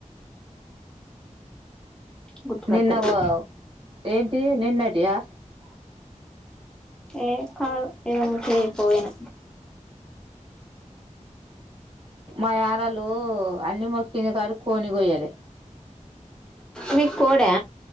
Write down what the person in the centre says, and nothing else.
గుర్తుకొత్తలేదు
ఏ కాదు ఏదో ముచ్చట చెప్పపోయినా
మీక్ కోడా